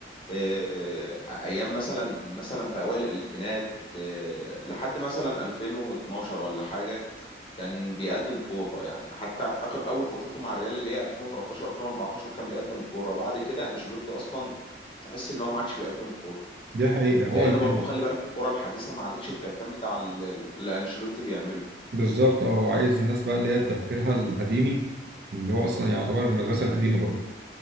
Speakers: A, on the left; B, on the right.
A: اه ايام مثلا مثلا في اوائل الالفينات آه، لحد مثلا 2012 ولا حاجه كان بيقدم كورة يعني حتى في آخر أول فترته مع الريال اللي هي 2013 2014 كان بيقدم كورة بعد كده أنشيلوتي أصلا تحس إن هو ما عادش بيقدم كورة
B: دي حقيقه هو
A: لأن
B: اللي كان
A: برضه خلي بالك الكورة الحديثة ما عادتش بتعتمد على ال- اللي أنشيلوتي بيعمله
B: بالظبط اه هو عايز الناس بقى اللي هي تفكيرها القديمي اللي هو اصلا يعتبر المدرسه القديمه برضه